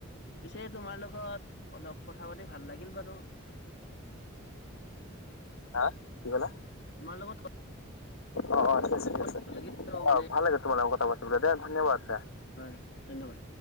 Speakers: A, on the left; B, on the left.
A: পিছে তোমাৰ লগত অলপ কথা পাতি ভাল লাগিল বাৰু।
B: হা কি কলা?
A: তোমাৰ লগত কথা
B: অঁ ঠিক আছে ঠিক
A: পাতি
B: আছে,
A: ভাল লাগিল আৰু
B: আঁহ
A: মানে
B: ভাল লাগে তোমাৰ লগত কথা পাতিব দে ধন্যবাদ দে।
A: হয়, ধন্যবাদ।